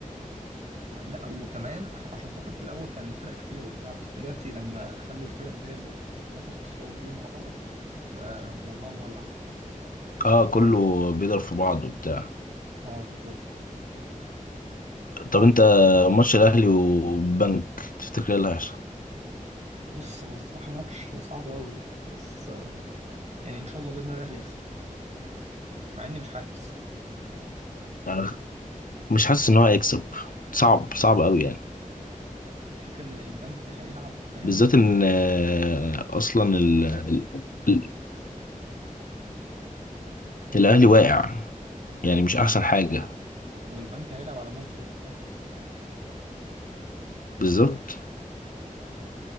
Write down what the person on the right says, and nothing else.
لا لا، وكمان عشان خاطر في الاول كان فرق كتير وبتاع بس دلوقتي لما خلوا الفرق اللي هي اللي بتتنافس على الصعود دي مع بعض بقى الموضوع مولع
اه بالظبط
بص هو الصراحه ماتش صعب قوي بس آه، يعني ان شاء الله باذن الله الاهلي يكسب مع اني مش حاسس
الفكره ان البنك هيلعب فاهم
البنك
بالظبط
وال...
والبنك هيلعب على موته يعني فاهم